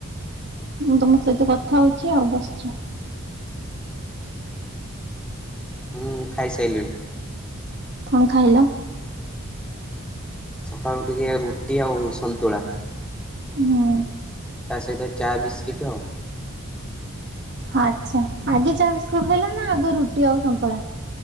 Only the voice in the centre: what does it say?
ହୁଁ ଖାଇସାଇଲିଣି।
ସକାଳୁ ଟିକେ ରୁଟି ଆଉ ସନ୍ତୁଳା।
ତା ସହିତ ଚା ବିସ୍କିଟ ଆ